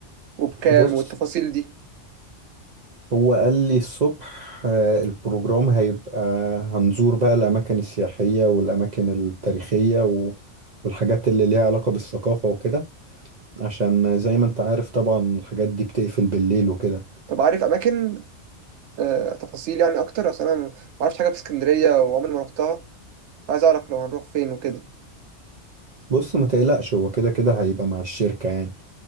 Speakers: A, on the right; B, on the right.
A: وبكام
B: بص
A: والتفاصيل دي
B: هو قال لي الصبح آه، البروجرام هيبقى هنزور بقى الأماكن السياحية والأماكن التاريخية و... والحاجات اللي ليها علاقة بالثقافة وكده عشان زي ما انت عارف طبعا الحاجات دي بتقفل بالليل وكده
A: طب عارف اماكن آه، تفاصيل يعني اكتر اصل انا ما اعرفش حاجه في اسكندريه وعمري ما رحتها عايز اعرف لو هنروح فين وكده
B: بص ما تقلقش هو كده كده هيبقى مع الشركة يعني